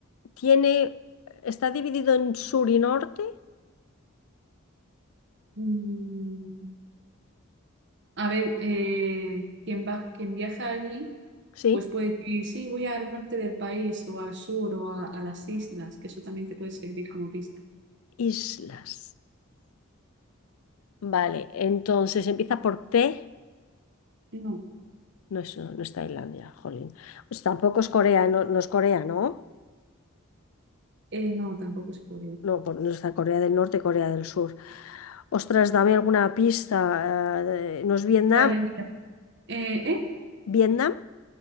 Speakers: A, on the left; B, on the right.
A: tiene, está dividido en sur y norte,
B: Mm, A ver, eh, quien va, quien viaja allí,
A: ¿sí?
B: pues puede decir, sí, voy al norte del país o al sur o a, a las islas, que eso también te puede servir como pista.
A: Islas. Vale, entonces empieza por T.
B: No,
A: No es, no es Tailandia, jolín. Pues tampoco es Corea, no, no es Corea, ¿no?
B: eh, no, tampoco es Corea.
A: No, pues no está Corea del Norte, Corea del Sur. Ostras, dame alguna pista. eh, de- ¿no es Vietnam?
B: Vale, mira. Eh, ¿eh?
A: ¿Vietnam?